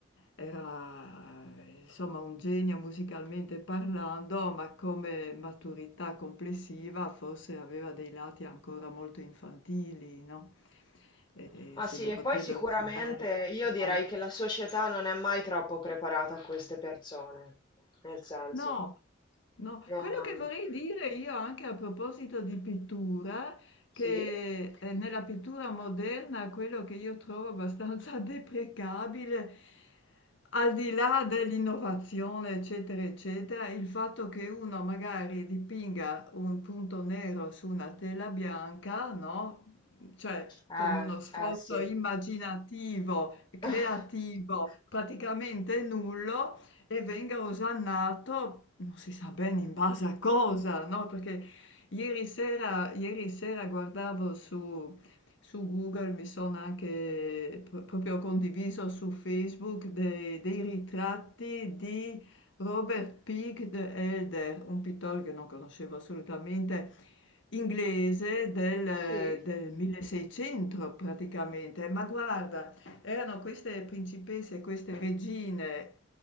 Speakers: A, on the left; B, on the left.
A: era insomma un genio musicalmente parlando, ma come maturità complessiva forse aveva dei lati ancora molto infantili, no? E, e
B: Ah sì,
A: se ne
B: e
A: potrebbero
B: poi sicuramente
A: citare tanti
B: io direi
A: altri.
B: che la società non è mai troppo preparata a queste persone, nel senso,
A: No, no,
B: non...
A: quello che vorrei dire io anche a proposito di pittura,
B: Sì?
A: che eh, nella pittura moderna quello che io trovo abbastanza <laughs> deprecabile, al di là dell'innovazione, eccetera, eccetera, il fatto che uno magari dipinga un punto nero su una tela bianca, no? Cioè
B: Eh,
A: con uno sforzo
B: eh sì.
A: immaginativo, creativo,
B: <laughs>
A: praticamente nullo e venga osannato, non si sa bene in base a cosa, no? Perché ieri sera, ieri sera guardavo su, su Google, mi sono anche pro- proprio condiviso su Facebook dei, dei ritratti di Robert Peake the Elder, un pittore che non conoscevo assolutamente, inglese del,
B: Sì,
A: del 1600 praticamente. Ma guarda, erano queste principesse, queste regine